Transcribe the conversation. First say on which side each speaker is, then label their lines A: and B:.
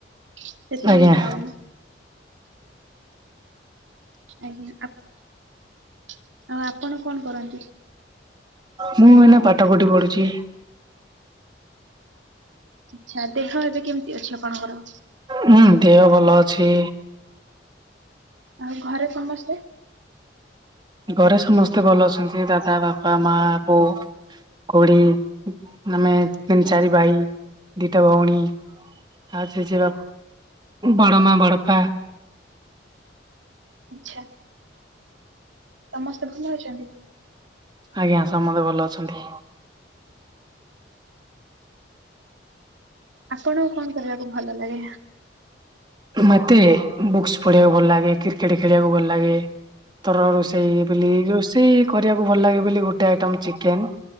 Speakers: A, on the right; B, on the right.
A: ସେଥିପାଇଁ
B: ଆଜ୍ଞା।
A: ମୁଁ ଖାଉନି। ଆଜ୍ଞା ଆଉ ଆପଣ କଣ କରନ୍ତି?
B: ମୁଁ ଏଇନା ପାଠ ପଠି ପଢୁଛି।
A: ଆଛା ଦେହ ଏବେ କେମିତି ଅଛି ଆପଣଙ୍କର?
B: ହୁଁ ଦେହ ଭଲ ଅଛି।
A: ଆଉ ଘରେ ସମସ୍ତେ?
B: ଘରେ ସମସ୍ତେ ଭଲ ଅଛନ୍ତି ଦାଦା ବାପା ମା ବୋଉ। କୋଉଠି ଆମେ ତିନି ଚାରି ଭାଇ ଦିଟା ଭଉଣୀ। ଆଛା ଆଛା ବଡ ମା ବଡପା।
A: ଆଚ୍ଛା। ସମସ୍ତେ ଭଲ ଅଛନ୍ତି?
B: ଆଜ୍ଞା ସମସ୍ତେ ଭଲ ଅଛନ୍ତି।
A: ଆପଣଙ୍କୁ କଣ କରିବାକୁ ଭଲ ଲାଗେ?
B: ମୋତେ ବୁକ୍ସ ପଢ଼ିବାକୁ ଭଲ ଲାଗେ କ୍ରିକେଟ୍ ଖେଳିବାକୁ ଭଲ ଲାଗେ। ତର ରୋଷେଇ ବୋଲି ରୋଷେଇ କରିବାକୁ ଭଲ ଲାଗେ ବୋଲି ଗୋଟେ ଆଇଟମ ଚିକେନ